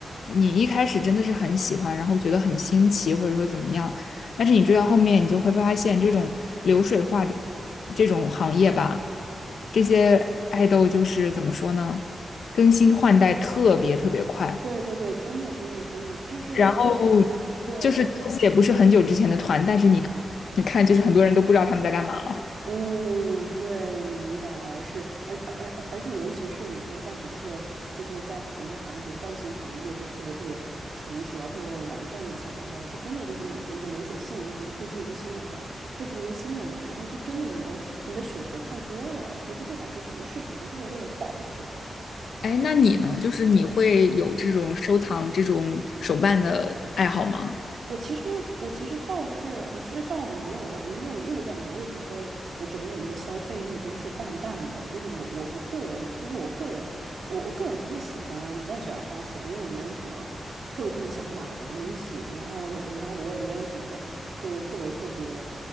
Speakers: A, on the left; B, on the right.
A: 你一开始真的是很喜欢，然后觉得很新奇，或者说怎么样，但是你追到后面，你就会发现这种流水化的这种行业吧，这些爱豆就是怎么说呢，更新换代特别特别快，
B: 对对对，真的真的真的就是呃，
A: 然后
B: 对，
A: 就是看且也不是很久之前的团，但是你你看，就是很多人都不知道他们在干嘛了。
B: 嗯，对，我明白，是，而而而而且尤其是你说在整个就是在和整个韩国造型行业就特别特别成熟而特别完善的情况下，就真的就是每天跟流水线一样，就推出一个新的团，推出一个新的人，然后就真的你的你的选择太多了，所以就会导致整个市场都特别特别饱和。
A: 哎，那你呢？就是你会有这种收藏这种手办的爱好吗？
B: 我其实我其实倒是我其实倒没有了，因为我因为我感觉我整个我整个人的消费欲都是淡淡的，就是我我我个人就是我个人我我个人不太喜欢不太喜欢花钱，因为我没有什么特别特别想买的东西，然后然后我也没有什么就特别特别